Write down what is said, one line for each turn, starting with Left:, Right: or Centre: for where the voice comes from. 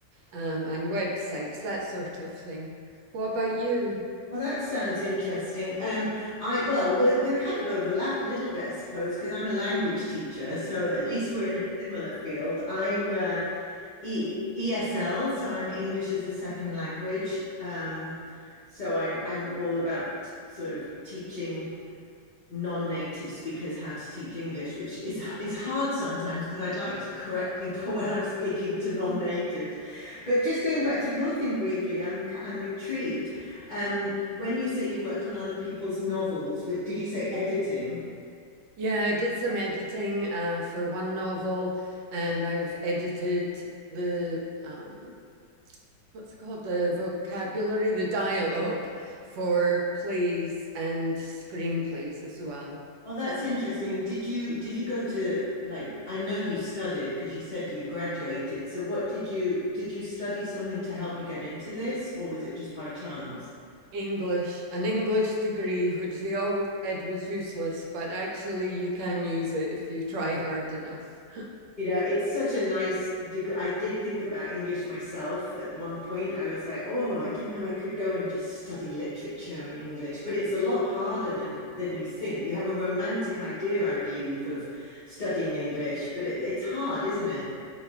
Right: um, and websites, that sort of thing. What about you?
Left: Well, that sounds interesting. Um, I well, we're we're kind of overlap a little bit, I suppose, because I'm a language teacher, so at least we're in a similar field. I'm uh, E ESL, so I'm English as a second language. Um, so I'm I'm all about t- sort of teaching non-native speakers how to teach English, which is is hard sometimes because I'd like to correct people <laughs> when I'm speaking to non-natives. But just going back to your thing briefly, I'm I'm intrigued. Um, when you say you worked on other people's novels, did you say editing?
Right: Yeah, I did some editing, uh, for one novel, and I've edited the um, what's it called? The vocabulary, the dialogue for plays and screenplays as well.
Left: Oh, that's interesting. And did you did you go to like I know you studied because you said you graduated. So what did you did you study something to help you get into this, or was it just by chance?
Right: English, an English degree, which they always said was useless, but actually you can use it if you try hard enough.
Left: You know, it's such a nice degree. I did think about English myself at one point. I was like, oh, I don't know, I could go and just study literature and English, but it's a lot harder than than you think. You have a romantic idea, I believe, of studying English, but it, it's hard, isn't it?